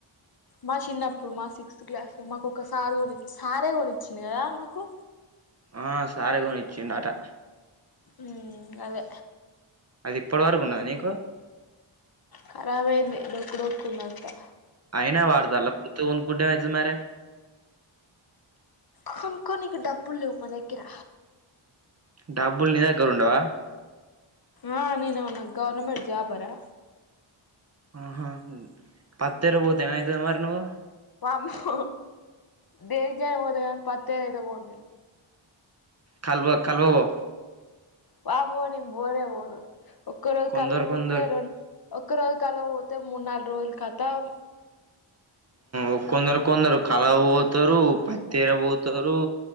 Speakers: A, on the left; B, on the right.
A: మా చిన్నప్పుడు మా సిక్స్త్ క్లాస్ లో మాకు ఒకసారి కొని సారే కొనిచ్చంది కదా మాకు
B: ఆ సారే కొనిచ్చిండటా
A: మ్ అదే
B: అది ఇప్పటి వరకు ఉన్నదా నీకు
A: ఖరాబయ్యింది డొక్కుడొక్కుందంతా
B: అయినా ఆడుతున్నారా మరి, కొత్తది కొనుకుంటే అయితే మరె
A: కొనుక్కొని డబ్బుల్ లేవు మ దగ్గర
B: డబ్బుల్నిీ దగ్గర ఉండవా
A: ఆ నేను ఏమన్న గవర్నమెంట్ జాబ్ అరా
B: ఆహా పద్దర పోతే ఏమయితే మరి నువ్
A: బాబు ప దేర్గా పోద కాని పత్తె అయితే పో నేను
B: కల్వ కల్వ బో
A: బాబో నేన్ పోరే పోరు ఒక్క రోజు
B: కొందరు
A: కళ్ళ పోతే
B: కొందరు
A: రెం ఒక్క రోజు కలవ పోతే మూడు నాలుగు రోజుల కతం
B: ఉ కొందరు కొందరు కలవ పోతారు పత్తిర పోతారు